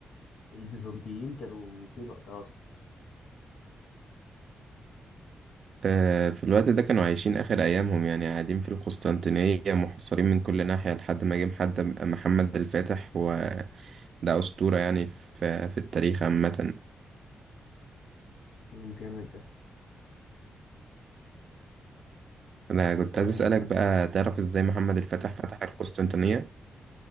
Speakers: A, on the left; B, on the right.
A: البيزنطيين كانوا فين وقتها اصلا
B: آه، في الوقت ده كانوا عايشين آخر أيامهم يعني قاعدين في القسطنطينية محاصرين من كل ناحية لحد ما جه محد محمد الفاتح وده أسطورة يعني في في التاريخ عامة
A: مم، جامد ده
B: انا كنت
A: آه
B: عايز اسالك بقى تعرف ازاي محمد الفاتح فتح القسطنطينيه